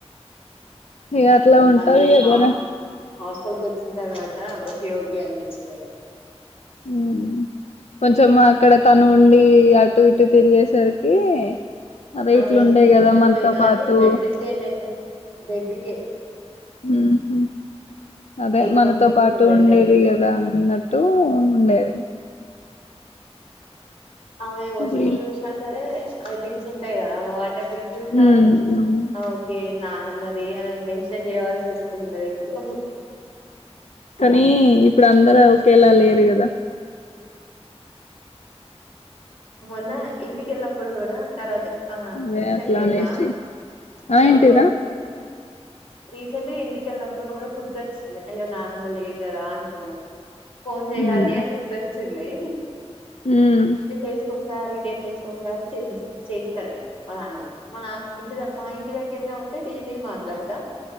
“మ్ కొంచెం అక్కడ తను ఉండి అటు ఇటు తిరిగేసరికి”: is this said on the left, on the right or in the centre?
Left